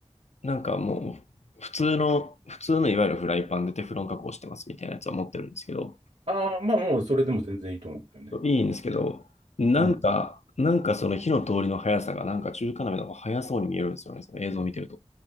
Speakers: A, on the left (about 75°); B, on the right (about 75°).
A: なんかもう、普通の、普通のいわゆるフライパンでテフロン加工してますみたいなやつは持ってるんですけど、
B: ああ、まあもう、それでも全然いいと思うんですよね。
A: いいんですけど、なんか、
B: うん。
A: なんかその火の通りの速さが、なんか中華鍋の方が速そうに見えるんですよね、その映像を見てると。